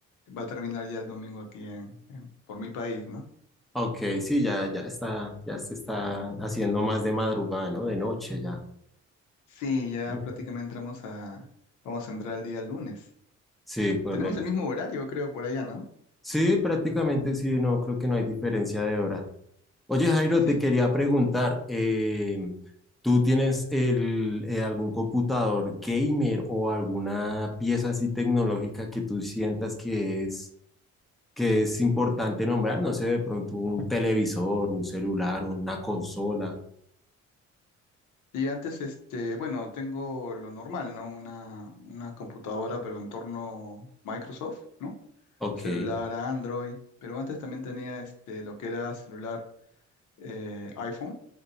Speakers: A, on the left; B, in the centre.
A: va a terminar ya el domingo aquí en, en- por mi país, ¿no?
B: Ok, sí, ya, ya está, ya se está haciendo más de madrugada, ¿no? De noche ya.
A: Sí, ya
B: <laughs>
A: prácticamente entramos a, vamos a entrar el día lunes.
B: Sí, correcto.
A: Tenemos el mismo horario, creo, por allá, ¿no?
B: Sí, prácticamente sí, no, creo que no hay diferencia de hora. Oye Jairo,
A: Sí.
B: te quería preguntar, eh, ¿tú tienes el, eh, algún computador gamer o alguna pieza así tecnológica que tú sientas que es... que es importante nombrar, no sé, de pronto un televisor, un celular, una consola.
A: Y antes, este, bueno, tengo lo normal, ¿no? Una, una computadora, pero en torno Microsoft, ¿no?
B: Ok,
A: Celular a Android, pero antes también tenía este, lo que era celular eh, iPhone,